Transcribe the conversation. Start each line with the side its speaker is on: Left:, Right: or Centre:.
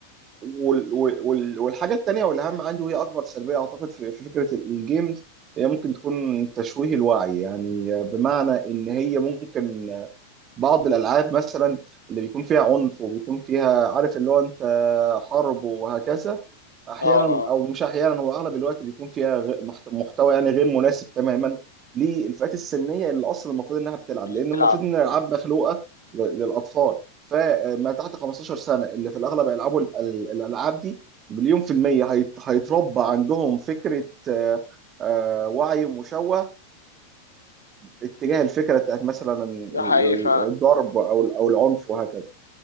Right: وال وال وال والحاجه التانيه والاهم عندي وهي اكبر سلبيه اعتقد في, في فكره ال- الجيمز هي ممكن تكون تشويه الوعي يعني بمعنى ان هي ممكن بعض الالعاب مثلا اللي بيكون فيها عنف وبيكون فيها عارف اللي هو انت حرب وهكذا احيانا
Left: اه اه
Right: او مش احيانا هو اغلب الوقت بيكون فيها غ- محت- محتوى يعني غير مناسب تماما للفئات السنيه اللي اصلا المفروض انها بتلعب
Left: اللي
Right: لان
Left: بتلعب
Right: المفروض ان الالعاب مخلوقه ل- للاطفال فما تحت 15 سنه اللي في الاغلب يلعبوا ال- ال- الالعاب دي مليون في الميه هيت- هيتربى عندهم فكره آه، آه، وعي مشوه اتجاه الفكره بتاعت مثلا ال-
Left: ده حقيقي
Right: ال-
Left: فعلا
Right: الضرب او ال- او العنف وهكذا